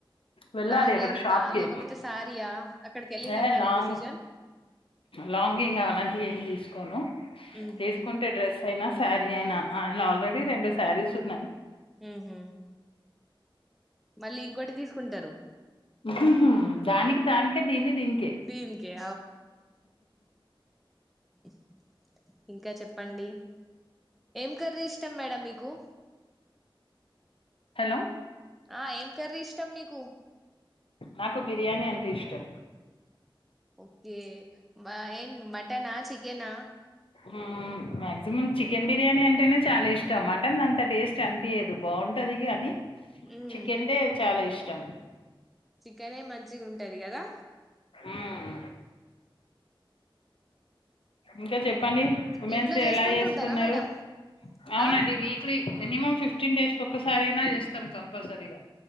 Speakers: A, on the left; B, in the centre.
A: వెళ్ళాలి
B: లాంగ్
A: అక్కడ
B: లెంతా
A: షాప్ కి
B: లేకపోతే సారియా అక్కడికి వెళ్ళినంకనే
A: ఏ లాంగ్
B: డిసిషన్
A: లాంగింగ్ అలాంటివి ఏమి తీసుకోను
B: ఊహూ
A: తీసుకుంటే డ్రెస్ అయినా శారీ అయినా ఆయిన ఆల్రెడీ రెండు శారీస్ ఉన్నాయి
B: ఊహు మళ్ళీ ఇంకోటి తీసుకుంటరు
A: ఉహుహు దానికి దానికే దీన్ని దీనికే
B: దీనికే స ఇంకా చెప్పండి ఏం కర్రీ ఇష్టం మేడం మీకు
A: హలో
B: ఆ ఏం కర్రీ ఇష్టం మీకు
A: నాకు బిర్యానీ అంటే ఇష్టం
B: ఓకే ఏన్ మటనా చికెనా
A: మ్ మాక్సిమం చికెన్ బిర్యానీ అంటేనే చాలా ఇష్టం మటన్ అంత టేస్ట్ అనిపియదు బాగుంట ది కానీ
B: మ్మ్
A: చికెన్ దే చాలా ఇష్టం
B: చికెనే మంచిగా ఉంటది కదా
A: మ్మ్. ఇంకా చెప్పండి ఉమెన్స్
B: ఇంట్లో
A: డే
B: చేసుకుంటుంటారా
A: ఎలా చేసుకున్నారు
B: మేడం
A: అవునండి
B: ఆ
A: వీక్లీ మినిమం ఫిఫ్టీన్ డేస్ కి ఒక్కసారి అయినా చేస్తాం కంపల్సరీగా